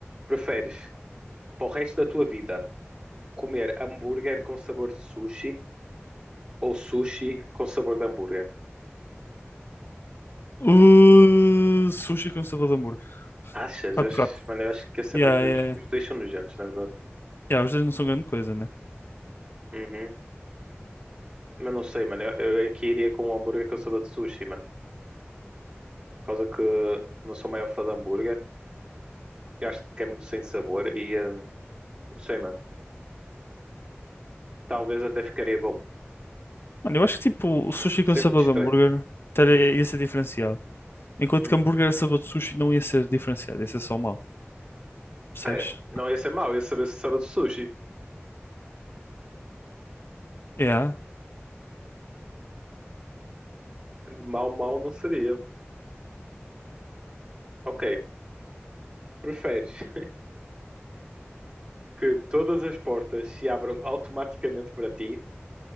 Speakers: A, on the right (about 30°); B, on the left (about 60°).
A: Preferes para o resto da tua vida comer hambúrguer com sabor de sushi ou sushi com sabor de hambúrguer?
B: Uh, sushi com sabor de amor.
A: Achas?
B: Pato
A: Achas?
B: Rato.
A: Mano, eu acho que esse
B: Yeah,
A: é mais nos...
B: yeah,
A: Os
B: yeah.
A: dois são nojentos, na verdade.
B: Yeah, os dois não são grande coisa, né?
A: Uhum. Mas não sei, mano. Eu, eu aqui iria com um hambúrguer que eu soube de sushi, mano. Por causa que eu não sou maior fã de hambúrguer. Eu acho que é muito sem sabor e... hum, não sei, mano. Talvez até ficaria bom.
B: Mano, eu acho que tipo o sushi com
A: Seria
B: sabor
A: muito estranho.
B: de hambúrguer teria- ia ser diferenciado. Enquanto
A: Hum.
B: que hambúrguer a sabor de sushi não ia ser diferenciado, ia ser só mal. Percebes?
A: É, não ia ser mau. Ia saber se sabe de sushi.
B: Yeah.
A: <laughs> Mal, mal não seria. Ok. Preferes <laughs> que todas as portas se abram automaticamente para ti?